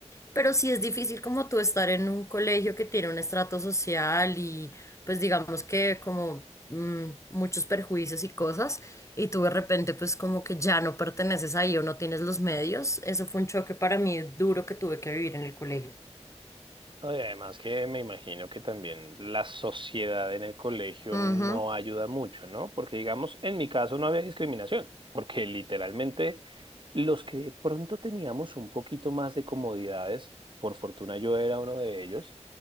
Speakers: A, on the left; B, on the right.
A: pero sí es difícil como tú estar en un colegio que tiene un estrato social y pues digamos que como mm, muchos perjuicios y cosas y tú de repente pues como que ya no perteneces ahí o no tienes los medios. Eso fue un choque para mí duro que tuve que vivir en el colegio.
B: No, y además que me imagino que también la sociedad en el colegio no
A: Ujú,
B: ayuda mucho, ¿no? Porque digamos, en mi caso no había discriminación, porque literalmente los que de pronto teníamos un poquito más de comodidades, por fortuna yo era uno de ellos,